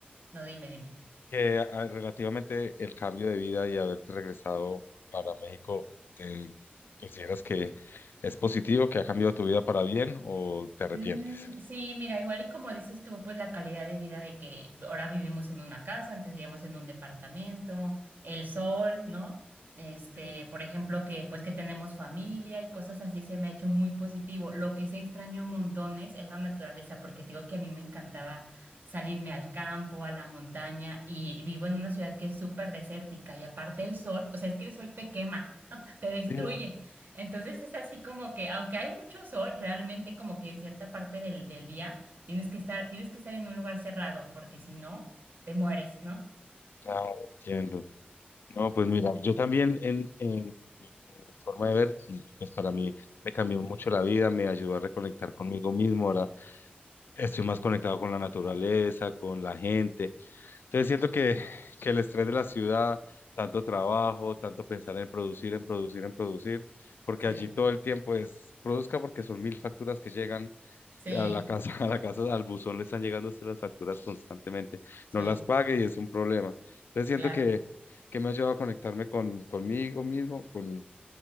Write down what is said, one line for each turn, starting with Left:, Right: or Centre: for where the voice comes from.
Right: No, dime, dime.
Left: que ah, relativamente el cambio de vida y haberte regresado para México, eh, ¿consideras que es positivo, que ha cambiado tu vida para bien o te arrepientes?
Right: Mm, sí, mira, igual y como dices tú, pues la calidad de vida de que ahora vivimos en una casa, antes vivíamos en un departamento, el sol, ¿no? Este,
Left: Sí,
Right: por ejemplo, que pues que tenemos familia y cosas así se me ha hecho muy positivo. Lo que sí extraño montones es la naturaleza, porque te digo que a mí me encantaba salirme al campo, a la montaña y vivo en una ciudad que es súper desértica y aparte el sol, o sea, es que el sol te quema, <laughs> te destruye.
Left: Sí,
Right: Entonces es así como que, aunque hay mucho sol, realmente como que en cierta parte del, del día tienes que estar, tienes que estar en un lugar cerrado, porque si no, te mueres, ¿no?
Left: claro, entiendo. No, pues mira, yo también en, en, en mi forma de ver, pues para mí me cambió mucho la vida, me ayudó a reconectar conmigo mismo, ahora estoy más conectado con la naturaleza, con la gente. Entonces siento que, que el estrés de la ciudad, tanto trabajo, tanto pensar en producir, en producir, en producir, porque
Right: Sí,
Left: allí todo el tiempo es produzca porque son mil facturas que llegan
Right: sí,
Left: a la casa, <laughs> a la casa, al buzón le están llegando a usted las facturas constantemente,
Right: sí,
Left: no las pague y es un problema. Entonces siento
Right: claro.
Left: que, que me ha ayudado a conectarme con, conmigo mismo, con,